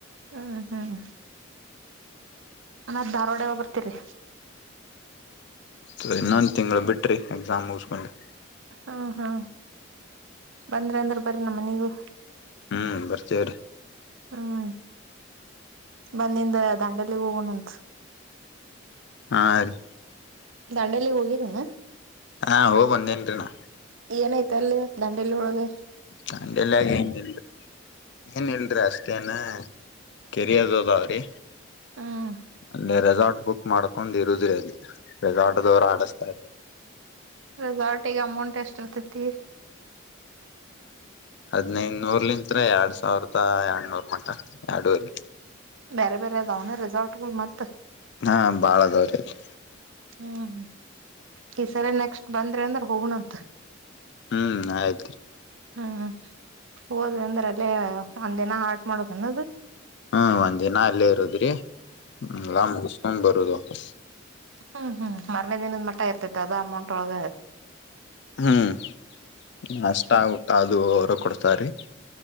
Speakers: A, on the right; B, on the left.
A: ಹ್ಮ್ ಹ್ಮ್ ನ ಧಾರ್ವಾಡಗೆ ಬರ್ತೀರಿ
B: ಸ ಇನ್ನೊಂದು ತಿಂಗಳು ಬಿಟ್ರಿ ಎಕ್ಸಾಮ್ ಮುಸ್ಕೊಂಡು
A: ಹ್ಮ್ ಹ್ಮ್ ಬಂದ್ರೆ ಅಂದ್ರ ಬರ ನಮ್ಮ ಮನೆಗೂ
B: ಹ್ಮ್ ಬರ್ತೇವರಿ
A: ಹ್ಮ್ ಬಂದಿಂದ ದಾಂಡೆಲಿ ಹೋಗಣಂತ
B: ಹಾ ರೀ
A: ದಾಂಡೇಲಿ ಹೋಗಿರಣ
B: ಹಾ ಹೋಗ ಬಂದೇನ್ರಿನಾ
A: ಏನೈತ ಅಲ್ಲಿ ದಾಂಡೇಲಿ ಒಳಗೆ
B: ದಾಂಡೇಲಿ ಗ ಏನ್ ಇಲ್ ಏನ್ ಇಲ್ರಿ ಆ ಮತ್ತೇನೆ ಕೆರಿಯದದಾವ್ರಿ
A: ಹ್ಮ್
B: ಅಲ್ಲಿ ರೆಸಾರ್ಟ್ ಬುಕ್ ಮಾಡ್ಕೊಂಡ್ ಇರುದ್ರಿ ಅಲ್ಲಿ ರೆಸಾರ್ಟದವರು ಆಡಿಸತಾ
A: ರೆಸಾರ್ಟಿಗೆ ಅಮೌಂಟ್ ಎಷ್ಟ ಇರ್ತತಿ
B: ಹದನೈದುನೂರ್ಲಿಂತತ್ರ ಎರಡ್ ಸಾವಿರದ ಎರಡ್ನೂರ್ ಮಟ ಎರಡೂರ್ಲಿ
A: ಬೇರೆ ಬೇರೆ ಅದಾವನ ರೆಸಾರ್ಟ್ಗಳು ಮತ್ತ
B: ಹಾ ಬಾಳದವ್ರ ಅಲ್ಲಿ
A: ಹ್ಮ್ ಈ ಸರಿ ನೆಕ್ಸ್ಟ್ ಬಂದ್ರೆ ಅಂದ್ರ ಹೋಗಣಂತ.
B: ಹ್ಮ್ ಆಯ್ತ್ರಿ.
A: ಹ್ಮ್ ಹೋದ್ ಅಂದ್ರ ಅಲ್ಲೇ ಒಂದಿನ ಆಟ್ ಮಾಡೋದ ಅನ್ನದು.
B: ಹ್ಮ್ ಒಂದ್--ನ ಅಲ್ಲೇ ಇರುದ್ರಿಲ್ಲ ಮುಗಸ್ಕೊಂಡ್ ಬರುದು. <unintelligible>
A: ಹ್ಮ್ ಹ್ಮ್ ಮರನೇ ದಿನದ ಮಟ್ಟ ಇರ್ತೈತೆ ಅದ ಅಮೌಂಟ್ ಒಳಗೆ.
B: ಹ್ಮ್ ಅಷ್ಟ ಊಟ ಅದು. ಅದು ಅವರ ಕೊಡ್ತಾರೆ